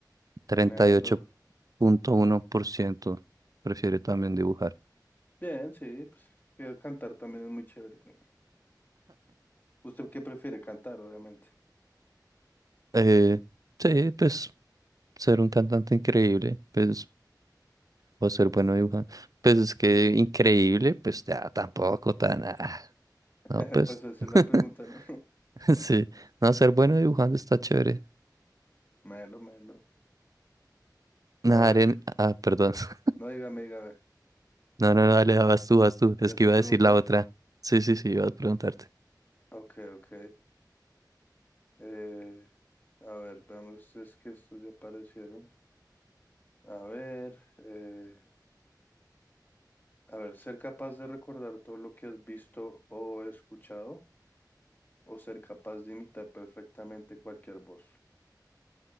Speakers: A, on the right; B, on the left.
A: Treinta
B: Melo.
A: y ocho punto uno por ciento prefiere también dibujar.
B: Bien, sí, pues que cantar también es muy chévere, ¿no? ¿Usted qué prefiere cantar, obviamente?
A: Eh, sí, pues ser un cantante increíble, pues, o ser bueno dibujante. Pues es que increíble, pues ya tampoco tan. ah,
B: <laughs>
A: no, pues.
B: Pues esa
A: <laughs>
B: es la pregunta, ¿no?
A: Sí, no, ser bueno dibujando está chévere.
B: <laughs> Melo, melo.
A: Nadar
B: A ver,
A: en. Ah, perdón. <laughs>
B: no dígame, dígame.
A: No, no, no, dale, vas tú, vas tú.
B: ¿Ya
A: Es
B: está
A: que iba
B: a preguntar?
A: a decir la otra. Sí, sí, sí, iba a preguntarte.
B: Ok, ok. Eh, a ver, veamos, es que estos ya aparecieron. A ver, eh, A ver, ser capaz de recordar todo lo que has visto o escuchado, o ser capaz de imitar perfectamente cualquier voz.